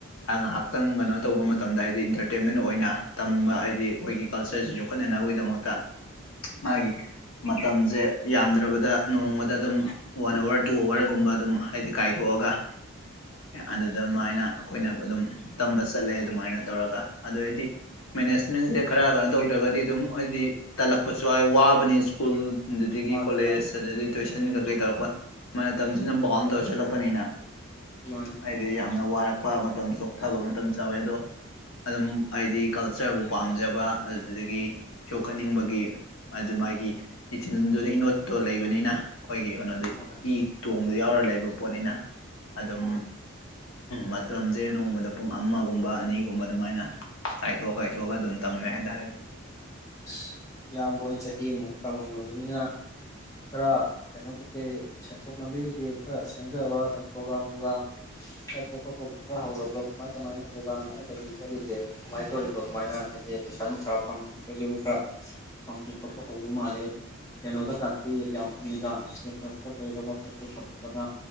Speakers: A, on the left; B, on the left.
A: ꯉꯥꯏꯍꯥꯛꯇꯪ ꯀꯩꯅꯣ ꯇꯧꯕ ꯃꯇꯝꯗ ꯍꯥꯏꯗꯤ ꯏꯟꯇꯔꯇꯦꯟꯃꯦꯟ ꯑꯣꯏꯅ ꯇꯝꯕ ꯍꯥꯏꯗꯤ ꯑꯩꯈꯣꯏꯒꯤ ꯀꯜꯆꯔꯁꯤ ꯌꯣꯛꯈꯠꯅꯅꯕꯒꯤꯗꯃꯛꯇ ꯃꯥꯒꯤ
B: ꯍꯣꯏ
A: ꯃꯇꯝꯁꯦ ꯌꯥꯝꯗ꯭ꯔꯕꯗ ꯅꯣꯡꯃꯗ ꯑꯗꯨꯝ ꯋꯥꯟ ꯑꯋꯥꯔ ꯇꯨ ꯑꯋꯥꯔꯒꯨꯝꯕ ꯑꯗꯨꯝ ꯍꯥꯏꯗꯤ ꯀꯥꯏꯗꯣꯛꯑꯒ ꯑꯗꯨꯗꯃꯥꯏꯅ ꯑꯩꯈꯣꯏꯅ ꯑꯗꯨꯝ ꯇꯝꯕ ꯆꯠꯂꯦ ꯑꯗꯨꯃꯥꯏꯅ ꯇꯧꯔꯒ ꯑꯗꯨꯩꯗꯤ ꯃꯦꯅꯦꯁꯃꯦꯟꯁꯦ ꯈꯔ ꯀꯩꯅꯣ ꯇꯧꯗ꯭ꯔꯒꯗꯤ ꯑꯗꯨꯝ ꯍꯥꯏꯗꯤ ꯇꯜꯂꯛꯄꯁꯨ ꯌꯥ ꯋꯥꯕꯅꯤ ꯁ꯭ꯀꯨꯜ ꯑꯗꯨꯗꯒꯤ
B: ꯃꯥꯅꯦ
A: ꯀꯣꯂꯦꯖ
B: ꯃꯥꯅꯦ
A: ꯑꯗꯒꯤ ꯇꯨꯋꯏꯁꯟ ꯀꯩ ꯀꯩ ꯇꯧꯔꯛꯄ ꯃ ꯇꯝ ꯊꯤꯅ ꯥꯎꯜ ꯇꯧꯔ ꯆꯠꯂꯛꯄꯅꯤꯅ
B: ꯃꯥꯅꯦ
A: ꯍꯥꯏꯗꯤ ꯌꯥꯝꯅ ꯋꯥꯔꯛꯄ ꯃꯇꯝ ꯆꯣꯛꯊꯕ ꯃꯇꯝ ꯆꯥꯎꯋꯦ ꯑꯗꯣ ꯑꯗꯨꯝ ꯑꯩꯗꯤ ꯀꯜꯆꯔꯕꯨ ꯄꯥꯝꯖꯕ ꯑꯗꯨꯗꯒꯤ ꯌꯣꯛꯈꯠꯅꯤꯡꯕꯒꯤ ꯑꯗꯨ ꯃꯥꯒꯤ ꯏꯊꯤꯟꯜꯗꯨꯅ ꯏꯅꯣꯠꯇꯣ ꯂꯩꯕꯅꯤꯅ ꯑꯩꯈꯣꯏꯒꯤ ꯀꯩꯅꯣꯗ
B: ꯍꯣꯏ
A: ꯏ ꯇꯣꯡꯗ ꯌꯥꯎꯔ ꯂꯩꯕ ꯄꯣꯠꯅꯤꯅ ꯑꯗꯨꯝ
B: ꯍꯣꯏ
A: ꯃꯇꯝꯁꯦ ꯅꯣꯡꯃꯗ ꯄꯨꯡ ꯑꯃꯒꯨꯝꯕ ꯑꯅꯤꯒꯨꯝꯕ ꯑꯗꯨꯃꯥꯏꯅ ꯀꯥꯏꯊꯣꯛꯑ ꯀꯥꯏꯊꯣꯛꯑꯒ ꯑꯗꯨꯝ ꯇꯝꯃꯦ ꯍꯥꯏꯇꯥꯔꯦ
B: ꯑ ꯏꯌꯥꯝꯕꯣꯏ ꯆꯍꯤ ꯑꯃꯨꯛ ꯇꯝꯃꯝꯃꯕꯅꯤꯅ ꯈꯔ ꯀꯩꯅꯣ ꯀꯩꯀꯩ ꯁꯦꯟꯊꯣꯛ ꯂꯝꯕꯤ ꯀꯩꯀꯩ ꯈꯔ ꯁꯦꯝꯖꯕ ꯑꯗꯨꯝ ꯄ꯭ꯔꯣꯒꯥ꯭ꯔꯒꯥꯝ ꯅꯨꯡꯒꯥꯝ ꯆꯠꯄ ꯈꯣꯠꯄꯕꯨ ꯈꯔ ꯍꯧꯔꯕ꯭ꯔꯣ ꯀꯃꯥꯏ ꯀꯃꯥꯏꯅ ꯄ꯭ꯔꯣꯒꯥꯝꯁꯤꯅ ꯀꯩ ꯀꯩ ꯊꯣꯛꯠꯂꯤꯒꯦ ꯀꯃꯥꯏꯅ ꯇꯧꯔꯤꯕꯣ ꯀꯃꯥꯏꯅ ꯍꯥꯏꯗꯤ ꯄꯩꯁꯥ ꯅꯨꯡꯁꯥ ꯐꯪꯕ ꯈꯣꯇꯣꯏꯁꯤꯕꯨ ꯈꯔ ꯐꯪ ꯈꯞ ꯍꯧꯕ ꯃꯥꯂꯦ ꯌꯦꯅꯣꯗ ꯀ ꯌꯥꯝ ꯎꯨꯏꯗ ꯏꯁꯇꯦꯇꯁꯇ ꯀꯩꯗ ꯋꯥꯆꯞꯇ ꯊꯝꯃꯛꯄꯗ